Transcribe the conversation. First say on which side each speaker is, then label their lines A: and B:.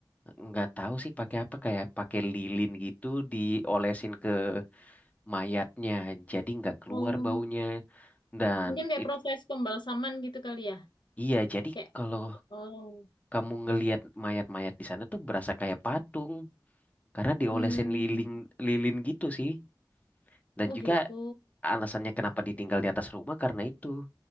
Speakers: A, on the left; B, on the left.
A: nggak tahu sih pakai apa kayak pakai lilin gitu diolesin ke mayatnya jadi nggak keluar
B: Oh,
A: baunya dan
B: mungkin kayak
A: itu
B: proses pembalsaman gitu kali ya?
A: iya jadi
B: Kayak,
A: kalau
B: oh.
A: kamu ngelihat mayat-mayat di sana tuh berasa kayak patung karena diolesin
B: Hmm.
A: lilin lilin gitu sih dan
B: Oh,
A: juga
B: gitu.
A: alasannya kenapa ditinggal di atas rumah karena itu